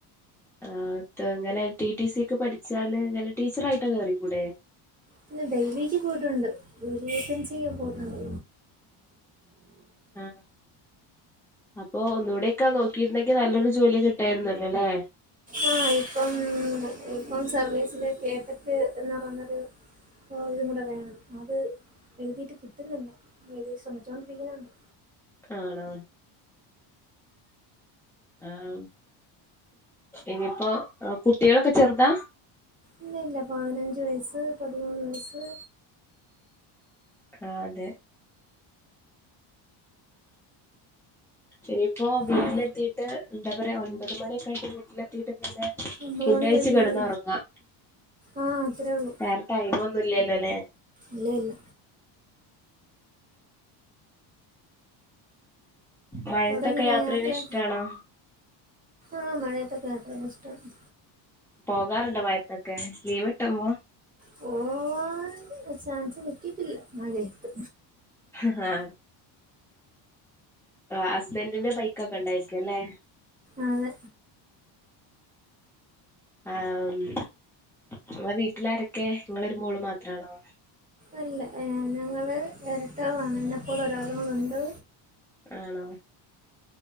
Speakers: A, in the centre; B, on the right.
A: ആ ഇങ്ങനെ ടി ടി സിക്ക് പഠിച്ചാല് ഇങ്ങനെ ടീച്ചറായിട്ട് കയറി കൂടെ
B: പിന്നെ ഡെയിലിക്ക് പോയിട്ടുണ്ട് ഡെയിലി വേക്കൻസി പോയിട്ടുണ്ട്
A: ആ അപ്പൊ ഒന്നു കൂടെ ഒക്കെ നോക്കിയിരുന്നെങ്കി നല്ലൊരു ജോലി കിട്ടായിരുന്നല്ലോ ല്ലല്ലേ
B: ആഹ് ഇപ്പം ഇപ്പം സർവീസില് കേട്ടറ്റ് എന്ന് പറഞ്ഞൊരു അപ്പോൾ ഇതും കൂടെ വേണം അത് എഴുതിയിട്ട് കിട്ടുന്നില്ല ശ്രമിച്ചുകോണ്ടിരിക്കുന്നുണ്ട്
A: ആണോ ആഹ് ഇനിയിപ്പോ കുട്ടികളൊക്കെ ചെറുതാ
B: ഇല്ലല്ല പതിനഞ്ച് വയസ്സ് പതിമൂന്ന് വയസ്സ്
A: ആഹ് അതെ ഇനിയിപ്പോ വീട്ടില്
B: ഉം
A: എത്തിട്ട ട്ട് എന്താ പറയുക ഒൻപത് മണിയൊക്കെ ആയിട്ട് വീട്ടിലെത്തിയിട്ട് പിന്നെ
B: ഒമ്പത്
A: ഫുഡ്
B: മണി
A: കഴിച്ച്
B: കഴിയുമേ
A: കിടന്ന് ഉറങ്ങാ
B: ആഹ് അത്രയൊള്ളൂ
A: വേറെ ടൈം ഒന്നും ഇല്ലല്ലോ ലേ
B: ഇല്ല ഇല്ല
A: മഴത്തൊക്കെ
B: അവിടെങ്ങനെ
A: യാത്ര
B: യാത്രയ
A: ചെയ്യണ ഇഷ്ടാണോ
B: ആഹ് മഴയത്തൊക്കെ യാത്ര ഒക്കെ ഇഷ്ടാണ്
A: പോകാറുണ്ടോ മഴയത്തൊക്കെ ലീവ് കിട്ടുമ്പോ
B: പോവാൻ ചാൻസ് കട്ടിട്ടില്ല മഴത്ത്
A: ആഹ് ഹസ്ബൻറിന്റെ ബൈക്കൊക്കെ ഉണ്ടായിരിക്കും അല്ലേ
B: അതെ
A: ആഹ് ഇങ്ങളെ വീട്ടിലാരൊക്കെ ഇങ്ങൾ ഒരു മോൾ മാത്രമാണോ
B: അല്ല ഏഹ് ഞങ്ങള് ഇരട്ടകളാണ് എന്നപ്പോലെ ഒരാളുകൂടെ ഉണ്ട്
A: ആണോ